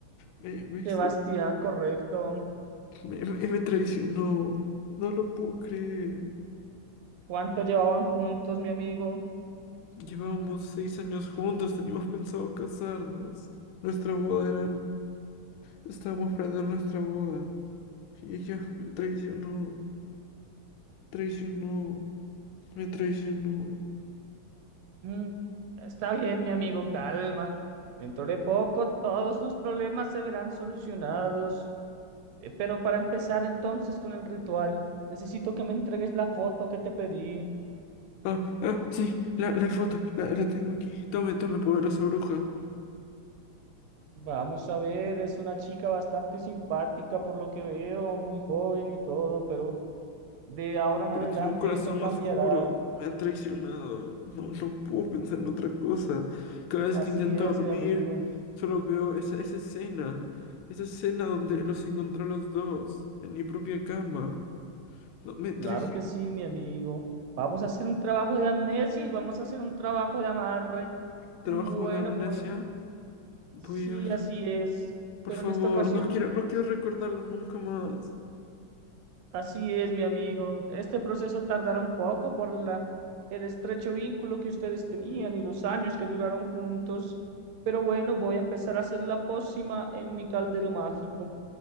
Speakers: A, on the left; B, on the right.
A: Me, me hizo,
B: Sebastián, correcto.
A: me, me- me traicionó. No lo puedo creer.
B: ¿Cuánto llevaban juntos, mi amigo?
A: Llevábamos seis años juntos, teníamos pensado casarnos. Nuestra boda era... Estábamos planeando nuestra boda. Y ella me traicionó, traicionó, me traicionó.
B: Mm, está bien, mi amigo, calma. Dentro de poco todos sus problemas se verán solucionados. Eh, Pero para empezar entonces con el ritual, necesito que me entregues la foto que te pedí.
A: Ah, ah, sí, la, la foto, la, la tengo aquí. Tome, tome, poderosa bruja.
B: Vamos a ver, es una chica bastante simpática por lo que veo, muy joven y todo, pero de ahora en
A: pero
B: adelante
A: tiene un corazón
B: eso cambiará.
A: oscuro, me ha traicionado, no, no puedo pensar en otra cosa. Cada vez
B: Así
A: que intento
B: es,
A: dormir,
B: mi amigo.
A: solo veo esa, esa escena, esa escena donde los encontré a los dos, en mi propia cama. No, me
B: Claro
A: traicionó.
B: que sí, mi amigo. Vamos a hacer un trabajo de amnesia y vamos a hacer un trabajo de amarre.
A: Trabajo
B: Bueno,
A: de amnesia.
B: voy.
A: Voy
B: Sí,
A: a...
B: así es.
A: Por
B: Pero
A: favor,
B: en esta ocasión
A: no quiero, no quiero recordarlo nunca más.
B: Así es, mi amigo. Este proceso tardará un poco por la, el estrecho vínculo que ustedes tenían y los años que duraron juntos. Pero bueno, voy a empezar a hacer la pócima en mi caldero mágico.